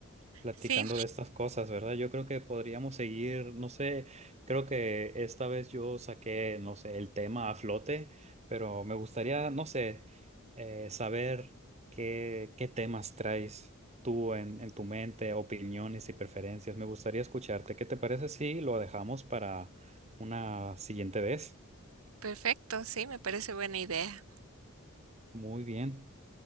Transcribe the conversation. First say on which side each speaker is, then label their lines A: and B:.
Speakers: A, on the right (about 30°); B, on the right (about 80°).
A: platicando
B: Sí,
A: de estas cosas, ¿verdad? Yo creo que podríamos seguir, no sé, creo que esta vez yo saqué, no sé, el tema a flote, pero me gustaría, no sé, eh, saber qué, qué temas traes tú en, en tu mente, opiniones y preferencias. Me gustaría escucharte. ¿Qué te parece si lo dejamos para una siguiente vez?
B: perfecto. Sí, me parece buena idea.
A: Muy bien.